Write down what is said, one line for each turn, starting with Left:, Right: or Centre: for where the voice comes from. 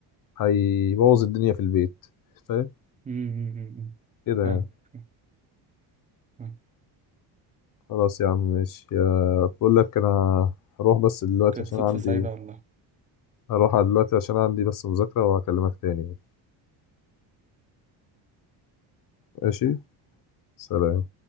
Left: هيبوظ الدنيا في البيت فاهم
Right: مم، مم، مم، مم.
Left: كده
Right: فاهم
Left: يعني
Right: فاهم. آه.
Left: خلاص يا عم ماشي يا- بقول لك انا هروح بس دلوقتي
Right: كانت
Left: عشان
Right: صدفة
Left: عندي
Right: سعيدة والله
Left: هروح دلوقتي عشان عندي بس مذاكره وهكلمك تاني ماشي سلام